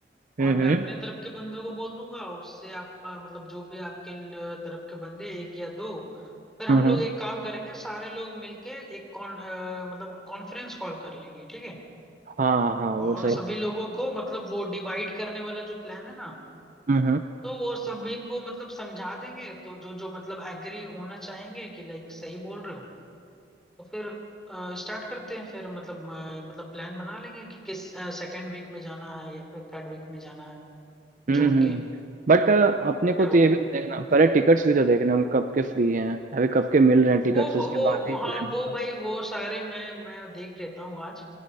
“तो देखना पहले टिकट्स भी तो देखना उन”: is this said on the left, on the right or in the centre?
Right